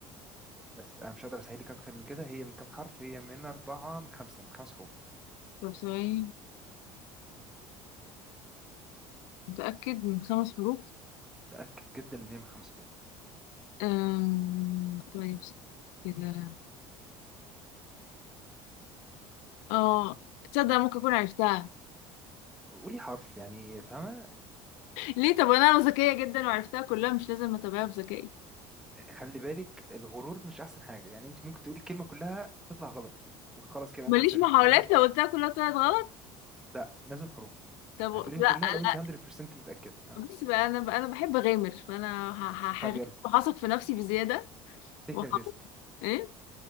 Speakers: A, in the centre; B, on the left (about 80°).
A: بس انا مش هقدر اسهل لك اكتر من كده هي من كام حرف هي من اربعه من خمسه من خمس حروف
B: طب ثواني متأكد من خمس حروف
A: متاكد جدا ان هي من خمس حروف
B: أم... طيب كده اه تصدق ممكن أكون عرفتها
A: قولي حرف يعني فاهمه
B: ليه طب أنا ذكية جدا وعرفتها كلها مش لازم أتابعها بذكائي
A: خلي بالك الغرور مش احسن حاجه يعني انت ممكن تقولي الكلمه كلها تطلع غلط وخلاص كده
B: ماليش
A: انت خسرتي
B: محاولات
A: فاهمه
B: لو قلتها كلها طلعت غلط
A: لا لازم حروف
B: طب
A: هتقوليها
B: لا
A: كلها لو انت
B: لا
A: 100% متاكد آه.
B: بس بقى أنا بقى أنا بحب أغامر فأنا ه- ه-
A: طب
B: هغامر
A: يلا
B: وهثق في نفسي بزيادة
A: تيك
B: وهقول
A: ريسك
B: إيه